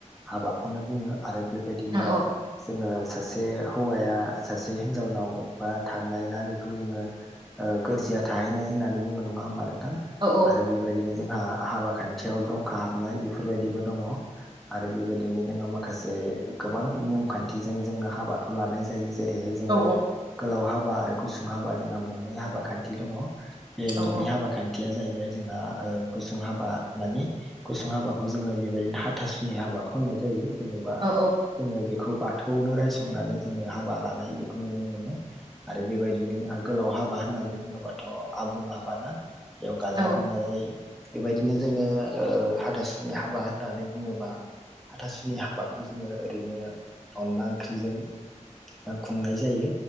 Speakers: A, in the centre; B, on the right.
A: हाबाखौनो बुङो आरो बेबायदिनो
B: औ
A: जोंङो सासे हौवाया सासे हिनजावनाव बा थांनाय ना बेखौ जोंङो ओ गोरजिया थाहैनाय होननानै बुंनो नङा होमबा नोंथां?
B: औ
A: आरो बे बायदिनो जोंहा हाबा खान्थियाव दंखा हाबनाय बेफोरबायदिबो दङ। आरो बेबायदिनो जोंहा माखासे गोबां नियम खान्थिजों जोंङो हाबाखौ लानाय जायो। जेरैहाय जोंङो
B: औ
A: गोलाव हाबा आरो गुसुं हाबा जोंहा मोननै हाबा खान्थि दङ। बे
B: औ
A: मोननै हाबा खान्थिया जाहैबाय जोंहा ओ गुसुं हाबा मानि गुसुं हाबा जोंङो बेबायदिनो हाथासुनि हाबाखौ होननाय जायो जेनेबा
B: औ
A: जोंङो बेखौ बा थौआवनो रायसंनानै जोंङो हाबा लानाय बेखौ नुनो मोनो आरो बेबायदिनो जोंहा गोलाव हाबा होननानै बुङोबाथ' आबुं हाबाना बेयाव गाजा
B: औ
A: गोमजा जायो। बेबायदिनो जोंङो ओ हाथासुनि हाबा होननानै बुङोबा हाथासुनि हाबाखौ जोंङो ओरैनो अनला ओंख्रिजों खुंनाय जायो